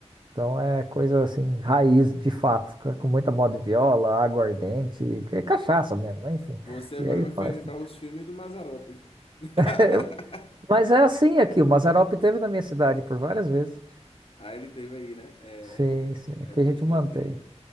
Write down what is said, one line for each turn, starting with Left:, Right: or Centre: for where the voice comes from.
Right: Então é coisa assim, raiz de fato, com com muita moda de viola, aguardente, que é cachaça mesmo, né? Enfim.
Left: Você agora
Right: E aí
Left: me fez
Right: faz.
Left: lembrar
Right: tudo.
Left: os filmes do Mazzaropi. <laughs>
Right: É, mas é assim aqui, o Mazarope teve na minha cidade por várias vezes.
Left: Aí ele teve aí, né? É,
Right: Sim, sim, aqui
Left: é é bem,
Right: a gente
Left: bem,
Right: mantém.
Left: bem,